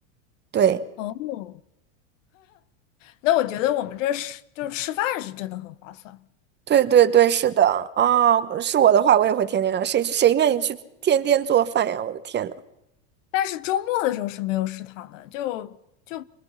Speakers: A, on the right (about 25°); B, on the left (about 70°).
A: 对
B: 哦，那我觉得我们这是就是吃饭是真的很划算。
A: 对对对，是的啊，是我的话，我也会天天让谁去谁愿意去天天做饭呀？我的天呐，
B: 但是周末的时候是没有食堂的，就就，